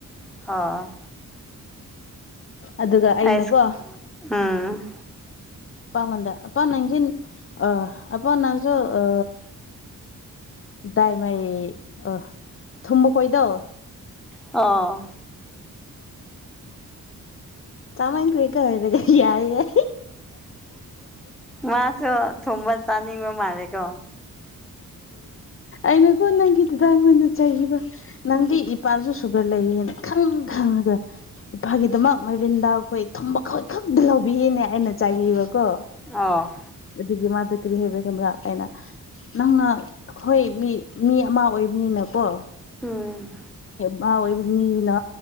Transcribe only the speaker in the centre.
ꯍꯥꯥ
ꯑꯥꯏꯁ ꯎꯝ
ꯑꯥ
ꯃꯥꯁꯨ ꯊꯨꯝꯕ ꯆꯥꯅꯤꯡꯕ ꯃꯥꯜꯂꯦꯀꯣ
ꯑ
ꯎꯝ